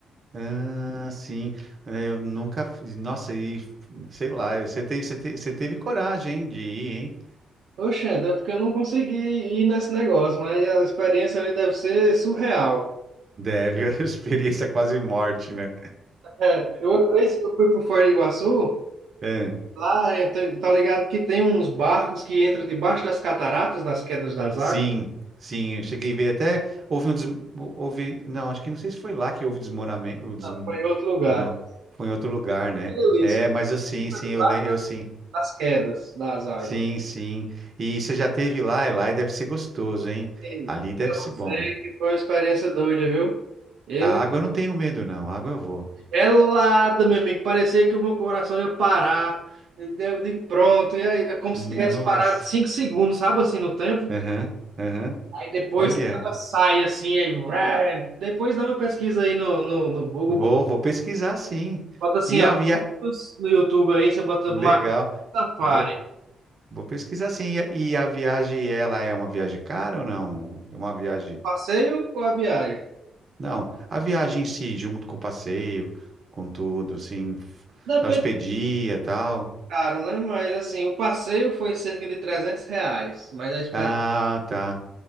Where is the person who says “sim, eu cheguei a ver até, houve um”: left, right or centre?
Right